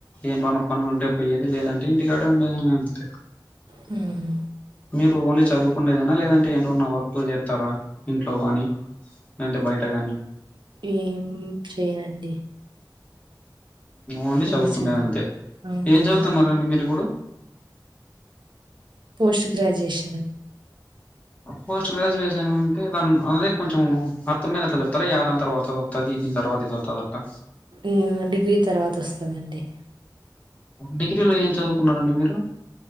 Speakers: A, on the left (about 20°); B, on the right (about 85°).
A: ఏంటివన్న పనులు ఉంటే పోయేది లేదంటే ఇంటి కాడే ఉండేది ఇంగ అంతే.
B: మ్
A: మీరు ఓన్లీ చదువుకుండేదేనా లేదంటే ఏంటివన్నా వర్క్లు చేత్తారా ఇంట్లో గానీ. లేదంటే బయట గాని
B: ఏం చేయనండి.
A: ఓన్లీ
B: చూపించాను
A: చదువుకునేది అంతే
B: అవునండి
A: ఏం చదువుతున్నారండి మీరు ఇప్పుడు?
B: పోస్ట్ గ్రాడ్యుయేషన్ అండి.
A: పోస్ట్ గ్రాడ్యుయేషన్ అంటే దాని అదే కొంచెం అర్థమై అట్లా చెప్తారా యా దాని తర్వాతో పది దీని తర్వాత ఇది వత్తాదట్టా
B: ఏవండీ డిగ్రీ తర్వాత వస్తందండి.
A: డిగ్రీలో ఏం చదువుకున్నారండి మీరు?